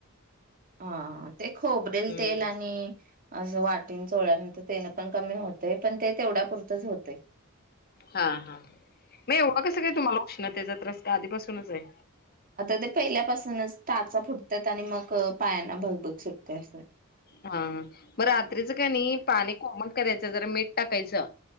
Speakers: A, on the right; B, on the left.
A: हा ते खोबरेल
B: हम्म
A: तेल आणि असं वाटीन चोळ्यानंतर तेन पण कमी होतेय पण ते तेवढ्या पुुरतंच होते
B: हा हा मग एवं कसं काय तुम्हाला उष्णतेचा त्रास का आधीपासूनच आहे
A: आता ते पहिल्यापासूनच टाचा फुटतात आणि मग पायांना भगभग सुटते अस
B: हा हा मग रात्रीचं काय नाही पाणी कोमट करायचं जरा मीठ टाकायचं